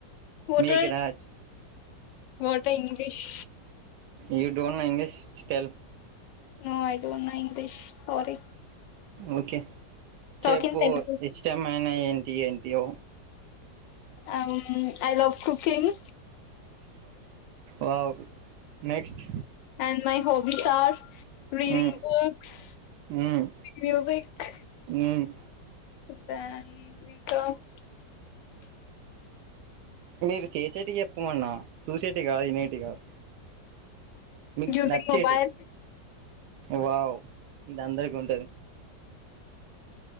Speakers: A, on the left; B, on the right.
A: what
B: మీకు
A: ఆర్
B: రాజ్
A: what a English
B: you don't know English tell
A: no I డోట్ know English sorry
B: okay చెప్పు
A: talk in తెలుగు
B: ఇష్టమైన ఏంటి ఏంటియో
A: అ I love cooking
B: wow next
A: and my hobbies are reading
B: hmm
A: books
B: hmm
A: music
B: మ్మ్
A: <unintelligible>
B: మీరు చేసేటివి చెప్పమన్నా చూసేటివి కాదు వినేటి కాదు మీకు
A: యూజింగ్
B: నచ్చేటివి
A: మొబైల్
B: వావ్ ఇది అందరికి ఉంటాది